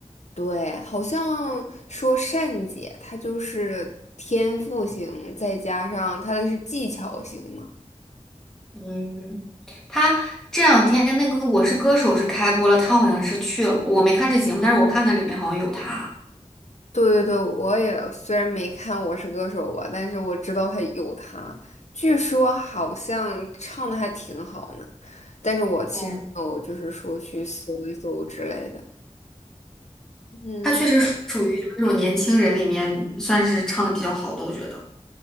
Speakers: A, on the left; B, in the centre.
A: 对，好像说善姐她就是天赋型，再加上她的是技巧型嘛。
B: 嗯，她这两天那个《我是歌手》是开播了，她好像是去了，我没看这节目，但是我看的里面好像有她。
A: 对对对，我也虽然没看《我是歌手》吧，但是我知道他有他，据说好像唱的还挺好呢。但是我其实没有，
B: 哦，
A: 就是说去搜一搜之类的。嗯，
B: 她确实属于就是那种年轻人里面算是唱的比较好的，我觉得。